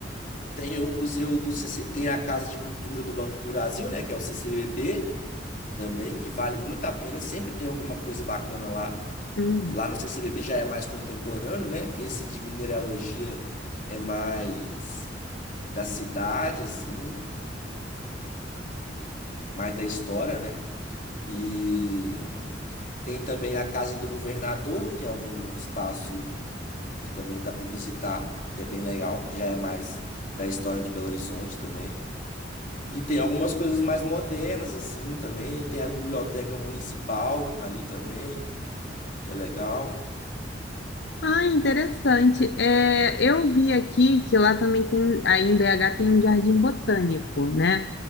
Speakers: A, on the left; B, on the left.
A: Tem o Museu do CC, tem a Casa de Cultura do Banco do Brasil, né, que é o CCBB também, que vale muito a pena, sempre tem alguma coisa bacana lá.
B: Hum.
A: Lá no CCBB já é mais contemporâneo, né? Esse de mineralogia é mais da cidade, assim. mais da história, né? E tem também a Casa do Governador, que é um espaço que também dá para visitar, que é bem legal, que já é mais da história de Belo Horizonte também. E tem algumas coisas mais modernas assim também, tem a biblioteca municipal ali também, que é legal.
B: Ah, interessante. É, eu vi aqui que lá também tem, aí em BH tem um jardim botânico, né?